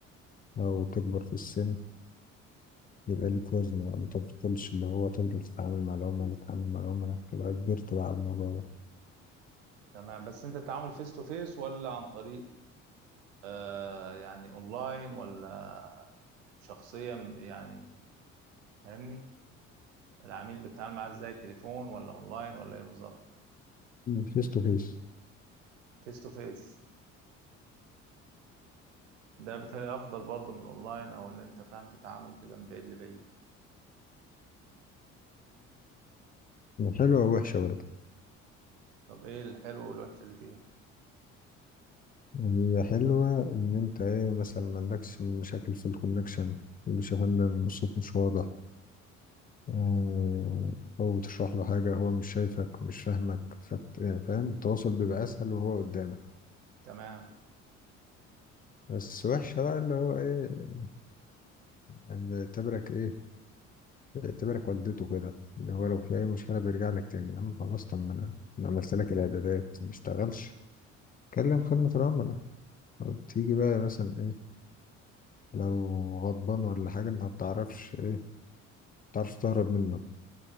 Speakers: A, on the left; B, on the right.
A: أو تكبر في السن يبقى ليك وزن بقى، ما تفضلش اللي هو تفضل تتعامل مع العملاء تتعامل مع العملاء تبقى كبرت بقى على الموضوع ده
B: تمام بس انت التعامل فيس تو فيس ولا عن طريق آه يعني اونلاين ولا شخصيا يعني فاهمني العميل بتتعامل معاه ازاي تليفون ولا اونلاين ولا ايه بالظبط
A: فيس تو فيس
B: فيس تو فيس ده بيتهيألي افضل برضه من الاونلاين او ان انت فاهم تتعامل كده من بعيد لبعيد
A: حلوة ووحشة برضه
B: طب ايه الحلو والوحش اللي فيها
A: هي حلوة إن أنت إيه مثلا ما عندكش مشاكل في الكونكشن مش يا فندم الصوت مش واضح آه، أو تشرح له حاجة هو مش شايفك مش فاهمك فت... يعني فاهم التواصل بيبقى أسهل وهو قدامك
B: تمام
A: بس وحشة بقى اللي هو إيه يعني بيعتبرك إيه اعتبرك والدته كده اللي هو لو في أي مشكلة بيرجع لك تاني يا عم خلاص طب ما أنا أنا عملت لك الإعدادات ما اشتغلش كلم خدمة العملاء أو تيجي بقى مثلا إيه لو غضبان ولا حاجة أنت ما بتعرفش إيه ما بتعرفش تهرب منه